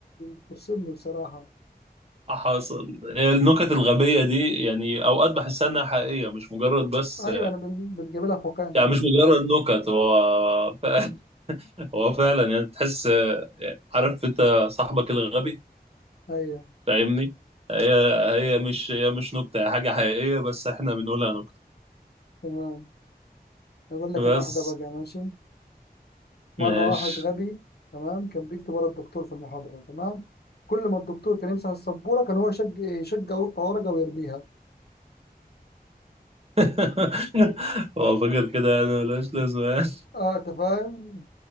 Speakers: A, on the left; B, on the right.
A: بتفصلني بصراحة
B: حصل النكت الغبية دي يعني أوقات بحسها إنها حقيقية مش مجرد بس
A: أيوة أنا بن- بنجيب لها في واقعنا
B: يعني مش مجرد نكت هو فعلا <laughs> هو فعلا يعني تحس عارف أنت صاحبك الغبي
A: أيوة
B: فاهمني هي هي مش هي مش نكتة هي حاجة حقيقية بس إحنا بنقولها نكتة
A: تمام أقول لك
B: بس
A: أنا واحدة بقى ماشي مرة
B: ماشي
A: واحد غبي تمام كان بيكتب ورا الدكتور في المحاضرة تمام كل ما الدكتور كان يمسح السبورة كان هو يشج- يشجع ويقطع ورقة ويرميها
B: <laughs> هو فاكر كده يعني ملهاش لازمة يعني.
A: اه انت فاهم